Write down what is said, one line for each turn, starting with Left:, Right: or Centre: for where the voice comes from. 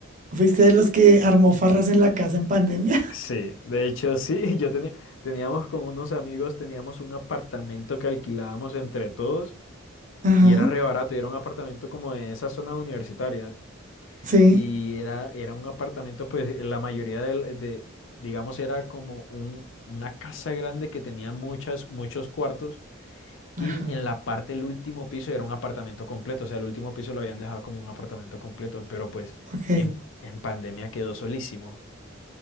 Right: ¿Fuiste de los que armó farras en la casa en pandemia?
Left: Sí, de hecho sí, <laughs> yo tenía, teníamos con unos amigos, teníamos un apartamento que alquilábamos entre todos
Right: <laughs> Ajá.
Left: y era re barato y era un apartamento como de esas zonas universitarias.
Right: Sí.
Left: y era, era un apartamento, pues eh, la mayoría del- de, digamos, era como un, una casa grande que tenía muchas, muchos cuartos
Right: Ajá.
Left: y en la parte del último piso era un apartamento completo, o sea, el último piso lo habían dejado como un apartamento completo, pero pues
Right: Ok.
Left: en, en pandemia quedó solísimo.